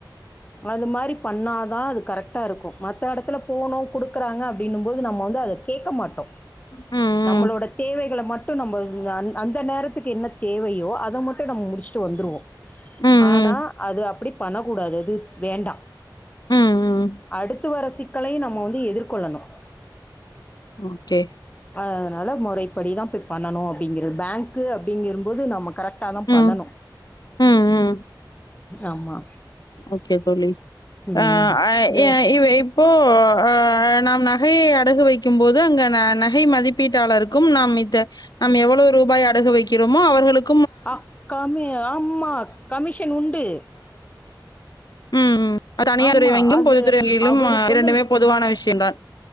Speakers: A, on the left (about 20°); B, on the left (about 60°).
A: அது மாதிரி பண்ணா தான் அது கரெக்ட் கரெக்ட்டா இருக்கும் மற்றத்த இடத்துல போனோம் கொடுக்குறாங்க அப்படின்னும் போது நம்ம வந்து அதை கேட்க மாட்டோம்
B: ம்,
A: நம்மளோட தேவைகளை மட்டும் நம்ம அந்த நேரத்துக்கு என்ன தேவையோ அதை மட்டும் நம்ம முடிச்சுட்டு வந்துருவோம்
B: ம், ம்,
A: ஆனால்
B: ம்,
A: அது அப்படி பண்ணக்கூடாது அது வேண்டாம்
B: ம்.
A: அடுத்து வரசி இக்களையும் நம்ம வந்து எதிர்கொள்ளணும்
B: ஓகே
A: அதனால் முறைப்படி தான் போய் பண்ணணும் அப்படிங்கிறது பேங்க்கு அப்படிங்கும்போது நமக்கு கரெக்டாக தான் பண்ணணும்
B: ம், ம், ம்.
A: ஆமா
B: ஓகே தோழி அஹ
A: ம் வே
B: இப்போஹ் நாம் நகையை அடகு வைக்கும் போது அங்க நகை மதிப்பீட்டாளருக்கும் நாம் நாம் எவ்வளவு ரூபாய் அடகு வைக்கிறோமோ அவர்களுக்கு
A: அஹக்காம ஆம் ஆமா கமிஷன் உண்டு
B: உம் உம் தனியார்
A: ஆமா
B: துறை வங்கியிலும்
A: அது
B: பொதுத்துறை வங்கியிலும்
A: அவருக்கு
B: இரண்டுமே
A: வந்து
B: பொதுவான விஷயம்்தான்